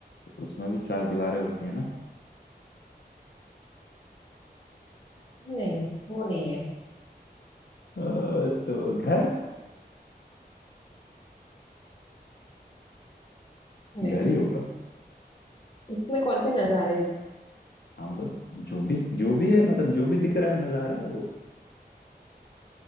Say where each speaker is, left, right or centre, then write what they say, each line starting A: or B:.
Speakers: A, on the left; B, on the left.
A: उसमें भी चार दीवारें होती है ना
B: नहीं वो नहीं है
A: अ, तो घर घर
B: नहीं
A: ही होगा
B: उसमें कौन से नजारे हैं
A: हाँ मतलब जो भी जो भी है मतलब जो भी दिख रहा है नजारा है वो